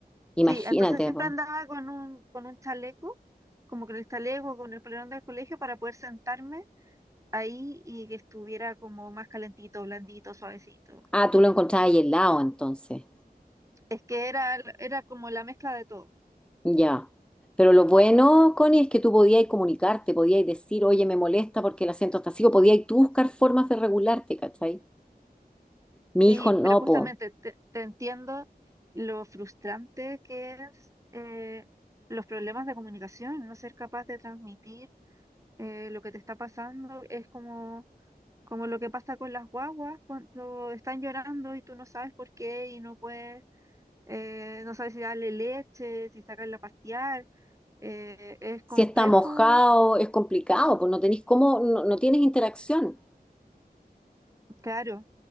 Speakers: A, in the centre; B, on the right.
A: Imagínate.
B: Sí, entonces siempre
A: po.
B: andaba con un, con un chaleco, como con el chaleco, con el polerón del colegio para poder sentarme ahí y que estuviera como más calentito, blandito, suavecito.
A: Ah, tú lo encontrabas ahí helado entonces.
B: Es que era, era como la mezcla de todo.
A: Ya. Pero lo bueno, Connie, es que tú podías comunicarte, podías decir, oye, me molesta porque el acento está así, o podías tú buscar formas de regularte, ¿cachai? Mi
B: Sí,
A: hijo no,
B: pero justamente
A: po.
B: te, te entiendo lo frustrante que es eh, los problemas de comunicación, no ser capaz de transmitir eh, lo que te está pasando. Es como, como lo que pasa con las guaguas cuando están llorando y tú no sabes por qué y no puedes, eh, no sabes si darle leche, si sacarla a pasear. Eh, es complejo,
A: Si está mojado, es complicado, pues no tenés cómo, no, no tienes interacción,
B: claro,